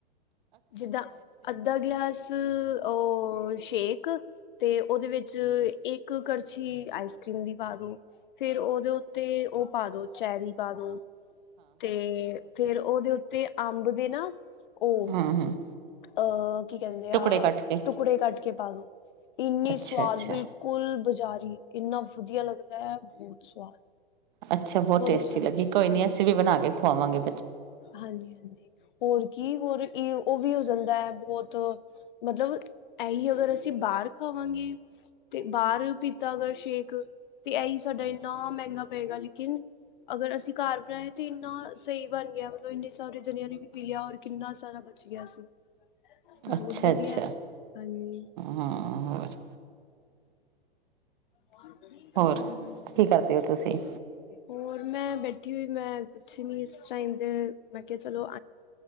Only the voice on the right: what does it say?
ਹਮ ਹਮ
ਟੁਕੜੇ
ਕੱਟ ਕੇ
ਅੱਛਾ
ਅੱਛਾ
ਅੱਛਾ ਬਹੁਤ ਟੇਸਟੀ
ਲੱਗੀ ਕੋਈ ਨੀ ਅਸੀਂ ਵੀ ਬਣਾ ਕੇ ਖੁਵਾਵਾਂਗੇ
ਅੱਛਾ
ਅੱਛਾ
ਹਾਂ ਹੋਰ
ਹੋਰ
ਕੀ ਕਰਦੇ ਹੋ ਤੁਸੀਂ